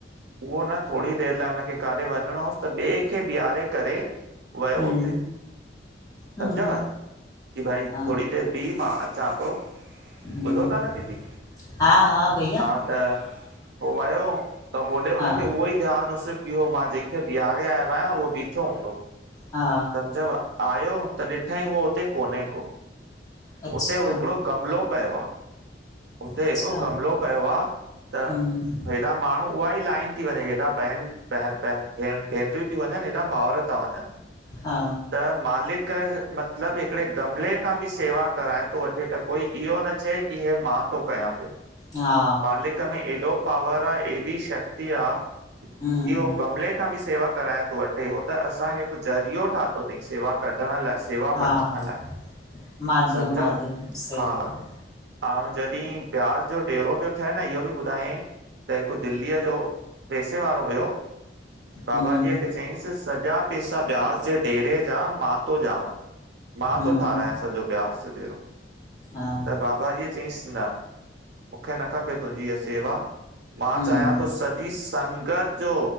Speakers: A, on the right; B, on the left.
A: उहो न थोड़ी देरि लाइ हुनखे काॾे वञिणो होसि त ॿिए ॿे खे बिहारे करे वयो
B: हम्म
A: हुते
B: हम्म
A: समुझव,
B: हम्म
A: कि भाई
B: हा
A: थोरी देरि बिह मां अचां तो
B: हम्म
A: ॿुधो ता न दीदी
B: हा हा भईया
A: हा त, पोइ वयो त होॾे हुनखे
B: हा
A: उहो ई ध्यान हुुसि की हो मां जंहिंखे बीहारे आयो आहियां उहो बीठो हूंदो
B: हा
A: समुझव आयो त ॾिठईं उहो हुते कोन्हे को
B: अच्छा
A: उते हिकिड़ो गमलो पियो आ उते
B: अच्छा
A: हिकु गमलो पियो आ, त
B: हम्म
A: हेॾा त माण्हू उहा ई लाइन थी वञे हेॾा बहन ब भे भेनरियूं थी वञनि हेॾा भाउर था वञनि
B: हा
A: त मालिक मतिलब हिकिड़े गमले खां बि सेवा कराए थो वठे त कोई इहो न चए की ही मां थो कयां पयो
B: हा
A: मालिक में एॾो पावर आह, एॾी शक्ति आ कि
B: हम्म
A: हो गमले खां बि सेवा कराए थो वठे त उहो त असांखे हिकु ज़रियो ठातो तईं सेवा कढण लाइ, सेवा
B: हा
A: वठण लाइ
B: माध्यम
A: सम्झव?
B: माध्यम, सही
A: हा,
B: आहे
A: ऐं जॾहिं ब्यास जो डेरो पियो ठहे न इहो बि ॿुधाई त हिकु दिल्लीअ जो पैसे वारो हुयो बाबाजीअ
B: हम्म
A: खे चयईंसि सॼा पेसा ब्यास जे डेरे जा मा मां थो ॾियांव, मां
B: हम्म
A: थो ठाहिरायां सॼो ब्यास जो डेरो
B: हा
A: त बाबा जीअ चईंसि न मूंखे न खपे तुंहिंजी इहा सेवा मां
B: हम्म
A: चाहियां थो सॼी संगत जो